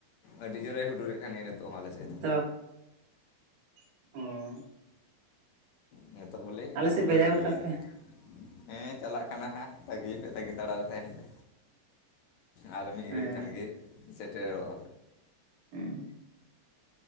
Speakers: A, on the left; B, on the right.
A: ᱟᱹᱰᱤ ᱡᱚᱨᱮ ᱦᱩᱰᱩᱨᱮᱫ ᱠᱟᱱ ᱜᱮᱭᱟ ᱱᱤᱛᱚᱜ ᱦᱚᱸ ᱟᱞᱮ ᱥᱮᱫ ᱫᱚ᱾
B: ᱛᱚ <inaudible>
A: ᱱᱤᱛᱚᱜ ᱵᱚᱞᱮ
B: ᱟᱞᱮ
A: ᱦᱩᱰᱩᱨ
B: ᱥᱮᱫ
A: ᱮᱫᱟ
B: ᱵᱷᱮᱡᱟ
A: ᱵᱤᱡᱽᱞᱤ
B: ᱜᱚᱫ ᱠᱟᱜ
A: ᱮᱫᱟ᱾
B: ᱯᱮ
A: ᱦᱮᱸ ᱪᱟᱞᱟᱜ ᱠᱟᱱᱟ ᱦᱟᱸᱜ ᱛᱟᱹᱜᱤ ᱯᱮ ᱛᱟᱹᱜᱤ ᱛᱟᱲᱟᱨᱮ ᱛᱟᱦᱮᱱ ᱯᱮ᱾ ᱟᱨ
B: ᱦᱮᱸ
A: ᱢᱤᱫ ᱜᱷᱟᱹᱲᱤ ᱠᱷᱟᱱ ᱜᱮ ᱥᱮᱴᱮᱨᱚᱜᱼᱟ
B: <inaudible>